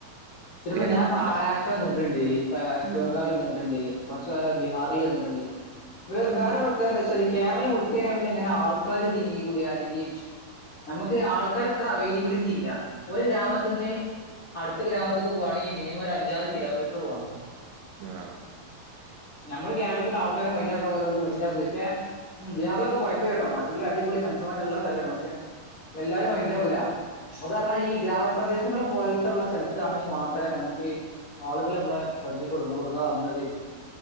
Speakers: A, on the left; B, on the right.
A: പ്പ
B: നല്ല കാര്യങ്ങളാ
A: ഞാൻ മഹാരാഷ്ട്ര
B: അപ്പ
A: വന്നിട്ടുണ്ട് വെസ്റ്റ്
B: ഉം
A: ബംഗാൾ വന്നിട്ടുണ്ട് കുറച്ചുകാലം ബിഹാറിൽ നിന്നിട്ടുണ്ട്.
B: ഉം
A: വേറൊരു പ്രത്യേകത എന്താ വച്ചാൽ കേരളം വിട്ട് കുട്ടീനെ പിന്നെ ഇങ്ങനെ ആൾക്കാര് തിങ്ങികൂടിയാ അല്ലെങ്കിൽ നമ്മുക്ക് ആൾക്കാർ എത്ര അവൈലബിളിറ്റി ഇല്ല ഒരു ഗ്രാമത്തിന്ന് അടുത്ത ഗ്രാമത്തി പോണെങ്കിൽ മിനിമം അഞ്ചാറ് കിലോമീറ്റർ പോണം.
B: ആഹ്
A: നമ്മള് കേരളത്തിൽ ആൾക്കാര് മൈണ്ടാക്കണ പോലും മൈന്റാക്കുക പക്ഷേ ഉം ബിഹാറിലൊക്കെ പോയപ്പം കേട്ടോ അല്ല അടിപൊളി മനുഷ്യമാരുള്ള സ്ഥലമാണ് പക്ഷേ എല്ലാവരുംമൈന്റ് ആക്കൂലഅത് കാരണം ഈ ഗ്രാമപ്രദേശങ്ങൾ പോലത്തുള്ള സ്ഥലത്താണ് മാത്രമേ നമ്മുക്ക് ആളുകൾ നമ്മളെ ശ്രദ്ധ കൊടു കൊടുങ്ങാ ങ്ങള് എവിടെന്നാവന്നത്.